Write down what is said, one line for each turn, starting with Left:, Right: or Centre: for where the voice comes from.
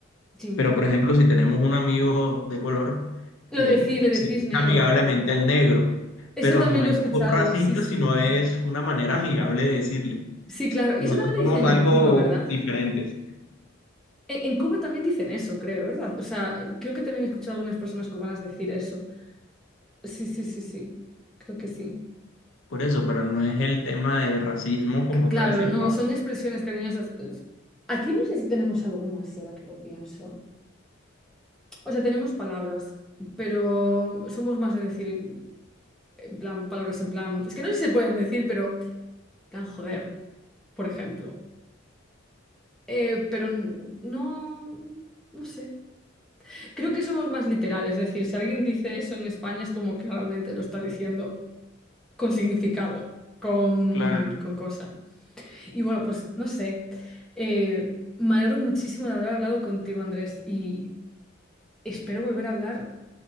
Centre: sí.
Left: pero por ejemplo, si tenemos un amigo de color,
Centre: Lo
Left: eh,
Centre: de ci- le decís
Left: se le dice
Centre: negro,
Left: amigablemente
Centre: ¿verdad?
Left: al negro,
Centre: Eso
Left: pero
Centre: también
Left: no
Centre: lo
Left: es
Centre: he escuchado,
Left: por racista,
Centre: sí, sí.
Left: sino es una manera amigable de decirle.
Centre: Sí, claro,
Left: Nosotros
Centre: y eso también
Left: somos
Centre: lo dicen
Left: algo
Centre: en Cuba, ¿verdad?
Left: diferentes.
Centre: En, en Cuba también dicen eso, creo, ¿verdad? O sea, creo que también he escuchado a algunas personas cubanas decir eso. Sí, sí, sí, sí, creo que sí.
Left: Por eso, pero no es el tema de racismo como
Centre: Claro,
Left: tal, sino...
Centre: no, son expresiones cariñosas. Es- Aquí no sé si tenemos alguna, si ahora que lo pienso. O sea, tenemos palabras, pero somos más de decir, en plan, palabras en plan, es que no sé si se pueden decir, pero, en plan, joder, por ejemplo. Eh, pero no, no sé. Creo que somos más literales, es decir, si alguien dice eso en España es como que realmente lo está diciendo con significado, con,
Left: Claro,
Centre: con cosa. Y bueno, pues no sé. Eh, me alegro muchísimo de haber hablado contigo, Andrés, y espero volver a hablar